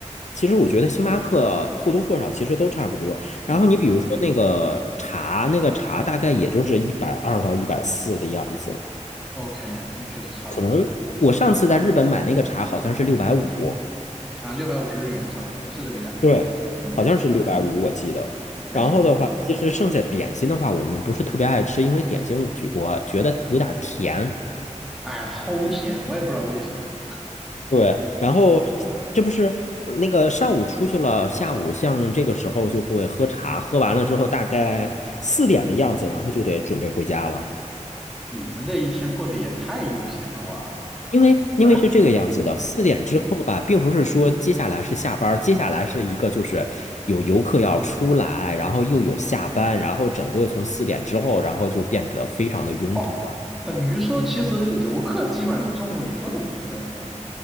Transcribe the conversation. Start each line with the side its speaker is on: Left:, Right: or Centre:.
Left: 其实我觉得星巴克或多或少其实都差不多。然后你比如说那个茶，
Centre: 嗯
Left: 那个茶大概也就是一百二到一百四的样子，
Centre: ，OK，确实差不多
Left: 可能我上次在日本买那个茶好像是六百五。
Centre: 啊，六百五十日元差不多是这个价。
Left: 对，
Centre: 嗯，
Left: 好像是六百五，
Centre: 没错
Left: 我记得。
Centre: 没错。
Left: 然后的话，其实剩下点心的话，我们不是特别爱吃，因为点心我觉我觉得有点儿甜。
Centre: 哎呀，齁甜，我也不知道为什么。
Left: 对，然后这不是那个上午出去了，下午像这个时候就会喝茶，喝完了之后大概四点的样子，然后就得准备回家了。
Centre: 你们这一天过得也太悠闲了哇！
Left: 因为因为是这个样子的，
Centre: 啊，
Left: 四点之后吧，并不是说接下来是下班儿接下来是一个就是有游客要出来，然后又有下班，然后整个从四点之后，然后就变得非常的拥堵了。
Centre: 哦，等于说其实游客基本上中午也不怎么出来是吧？